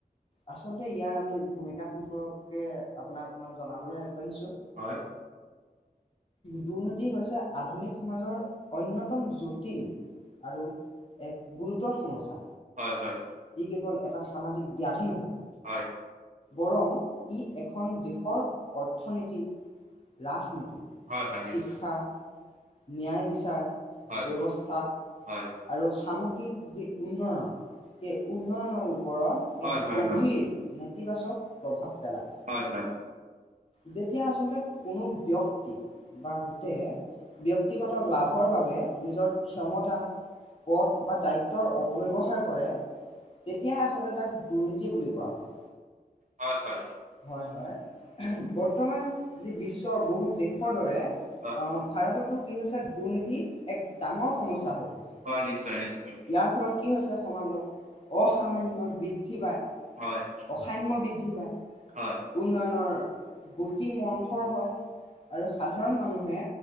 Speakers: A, on the left; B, on the right.
A: আচলতে ইয়াৰ আমি ভূমিকা সম্পৰ্কে আপোনাক অকনমান জনাবলৈ আগবাঢ়িছোঁ।
B: হয়।
A: দুৰ্নীতি হৈছে আধুনিক সমাজৰ অন্যতম জটিল আৰু এক গুৰুতৰ সমস্যা
B: হয় হয়
A: ই কেৱল এটা সামাজিক ব্যাধি নহয়
B: হয়
A: বৰং ই এখন দেশৰ অৰ্থনীতি, ৰাজনীতি-
B: হয় হয় নিশ্চয়।
A: শিক্ষা, ন্যায় বিচাৰ
B: হয়
A: ব্যৱস্থা
B: হয়
A: আৰু সামগ্ৰিক যি উন্নয়ন সেই উন্নয়নৰ ওপৰত
B: হয়
A: এক
B: হয়
A: গভীৰ
B: হয়।
A: নেতিবাচক প্ৰভাৱ পেলায়।
B: হয়, হয়।
A: যেতিয়া আচলতে কোনো ব্যক্তিক বা গোটেই ব্যক্তিগত লাভৰ বাবে নিজৰ ক্ষমতা পথ বা দায়িত্বৰ অপব্যৱহাৰ কৰে। তেতিয়াই আচলতে তাক দুৰ্নীতি বুলি কোৱা হয়।
B: হয় হয়
A: হয হয়। বৰ্তমান যি বিশ্বৰ বহু দেশৰ দৰে
B: হয়
A: আহ ভাৰততো কি হৈছে দুৰ্নীতি এক ডাঙৰ সমস্যা হৈ পৰিছে
B: হয় নিশ্চয় নিশ্চয়
A: ইয়াৰ ফলত কি হৈছে সমাজত অসামান্য বৃদ্ধি পায়।
B: হয়
A: অসাম্য বৃদ্ধি পায়
B: হয়
A: উন্নয়নৰ গতি মন্থৰ হয় আৰু সাধাৰণ মানুহে